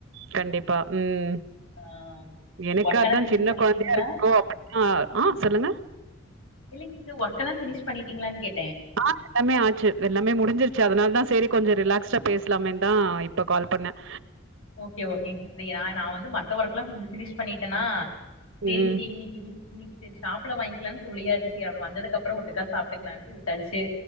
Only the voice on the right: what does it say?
கண்டிப்பா உம்
எனக்கு
அதான்
சின்ன
கொழந்தையா இருக்கோ அப்டிதா ஆஹ் சொல்லுங்க
ஆஹ் எல்லாமே ஆச்சு எல்லாமே முடிஞ்சிருச் ச்சு அதனாலதா சேரி கொஞ்சோ ரிலாக்சா பேசலாமே தா இப்ப கால் பண்ணேன்
ம்.